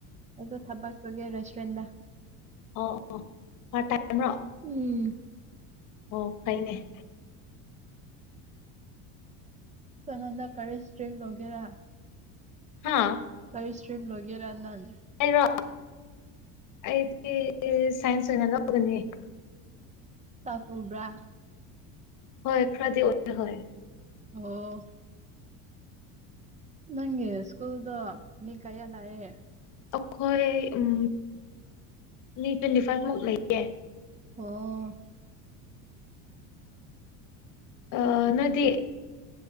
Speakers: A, on the right (about 20°); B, on the left (about 55°).
A: ꯑꯩꯗꯣ ꯊꯕꯛ ꯆꯒꯦ ꯔꯦꯁꯇꯨꯔꯦꯟꯗ
B: ꯑꯣ ꯑꯣ ꯄꯥꯔꯠ ꯇꯥꯏꯝꯔꯣ
A: ꯎꯝ
B: ꯑꯣ ꯐꯩꯅꯦ
A: ꯁꯣ ꯅꯥꯟꯗ ꯀꯔꯤ ꯁꯇꯔꯤꯝ ꯂꯧꯒꯦꯔ
B: ꯍꯥ
A: ꯀꯔꯤ ꯁꯇ꯭ꯔꯤꯝ ꯂꯒꯦꯔꯥ ꯅꯅꯥ
B: ꯍꯥꯏꯔꯣ ꯑꯩꯗꯤ ꯁꯥꯏꯟꯁ ꯑꯣꯏꯅ ꯂꯧꯒꯅꯤ
A: ꯆꯥꯛ ꯄꯨꯕ꯭ꯔꯥ
B: ꯍꯣꯏ ꯈꯔꯗꯤ ꯍꯣꯏ
A: ꯑꯣ ꯅꯪꯒꯤ ꯏꯁꯀꯨꯜꯗ ꯃꯤ ꯀꯩꯂꯑ
B: ꯑꯩꯈꯣꯏ ꯎꯝ ꯃꯤ ꯇ꯭ꯋꯦꯟꯇꯤ ꯐꯥꯏꯚ ꯃꯨꯛ ꯂꯩꯌꯦ
A: ꯑꯣ
B: ꯑ ꯅꯗꯤ